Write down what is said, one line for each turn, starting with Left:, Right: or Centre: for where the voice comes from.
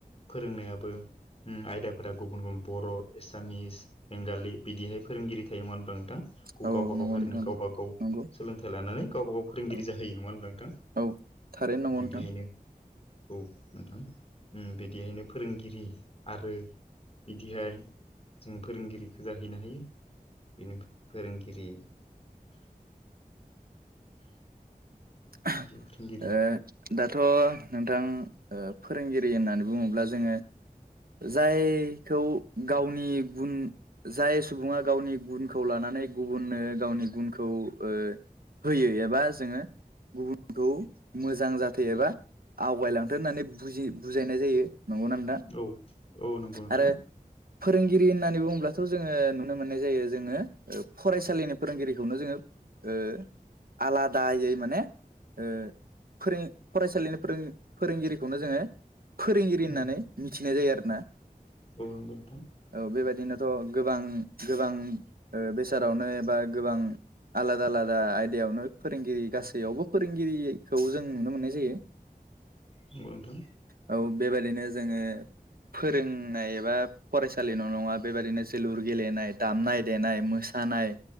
Left: फोरोंनायाबो आयदाफोरा गुबुन गुबुन बर' एसामिस बेंगालि बिदिहाय फोरोंगिरि थायो नङा होनबा नोंथां
Right: औ
Left: गावबा
Right: औ नंगौ
Left: गाव हारिनि
Right: नोंथां
Left: गावबा गाव
Right: नंगौ
Left: सोलोंथाइ लानानै गावबा गाव फोरोंगिरि
Right: औ
Left: जाहोयो नङा होनब्ला नोंथां
Right: औ थारैनो नंगौ
Left: बिदिहायनो
Right: नोंथां
Left: औ नोंथां ओम बिदिहायनो फोरोंगिरि आरो बिदिहाय जों फोरोंगिरिखौ जाहैनो हायो बेनिफ्राय फोरोंगिरि
Right: आ
Left: फोरोंगिरि
Right: दाथ' नोंथां ओ फोरोंगिरि होननानै बुङोब्ला जोङो जायखौ गावनि गुन जाय सुबुङा गावनि गुनखौ लानानै नानै गुबुननो गावनि गुनखौ ओ होयो एबा जोङो गुबुनखौ मोजां जाथों एबा आवगायलांथों होननानै बुजि बुजायनाय जायो नंगौ ना नोंथां
Left: औ औ नंगौ नोंथां
Right: आरो फोरोंगिरि होननानै बुङोब्लाथ' जोङो नुनो मोननाय जायो जोङो फरायसालिनि फोरोंगिरिखौनो जोङो ओ आलादायै माने ओ फोरों फरायसालिनि फोरों फोरोंगिरिखौनो जोङो फोरोंगिरि होननानै
Left: उम
Right: मिथिनाय जायो आरोना
Left: औ नंगौ नोंथां
Right: औ बेबायदिनो अ गोबां गोबां ओ बेस रावनो एबा गोबां आलादा आलादा आयदायावनो फोरोंगिरि गासैयावबो फोरोंगिरि खौ जों नुनो मोननाय जायो
Left: नंगौ नोंथां
Right: औ बेबायदिनो जोङो फोरोंनाय एबा फरायसालि न नङा बेबायाददिनो जोलुर गेलेनाय दामनाय देनाय मोसानाय नाय